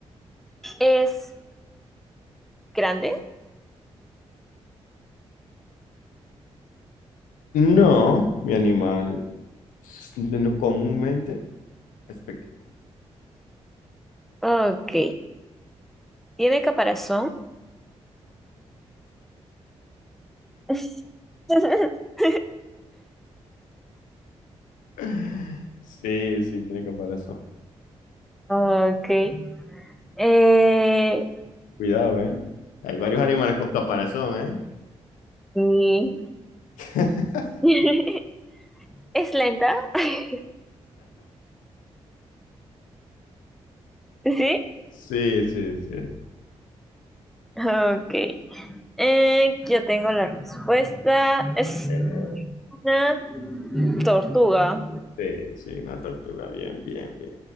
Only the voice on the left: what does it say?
No, mi animal s- no- comúnmente es pequeño.
<laughs> Sí, sí, tiene caparazón.
Cuidado, ¿eh? Hay varios animales con caparazón, ¿eh?
<laughs>
Sí, sí, sí.
Eh,
Sí, sí, una tortuga. Bien, bien, bien.